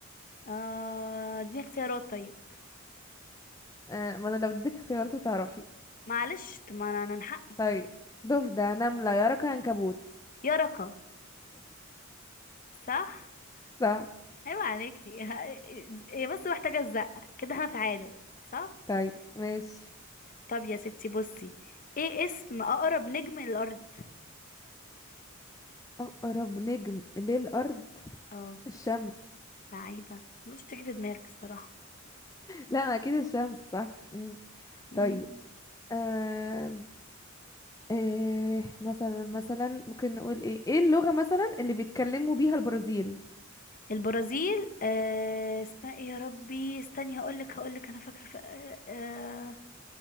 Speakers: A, on the left; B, on the left.
A: آه اديني اختيارات طيب
B: آه ما انا لو اديتك اختيارات هتعرفي
A: معلش طب ما أنا أنا من حقي
B: طيب ضفدع نملة يرق عنكبوت
A: يرقة صح
B: صح
A: عيب عليكي <laughs> هي بس محتاجة الزقة كده احنا تعادل صح
B: طيب ماشي
A: طب يا ستي بصي ايه اسم أقرب نجم للأرض
B: اقرب نجم للارض
A: اه
B: الشمس
A: لعيبة مش تيجي في دماغك الصراحة
B: لا اكيد الشمس صح مم.
A: مم.
B: طيب آه... آه... مثلا مثلا ممكن نقول ايه ايه اللغة مثلا اللي بيتكلموا بيها البرازيل
A: البرازيل آه اسمها ايه يا ربي استني هقولك هقولك أنا فاكر ف... آه... آه...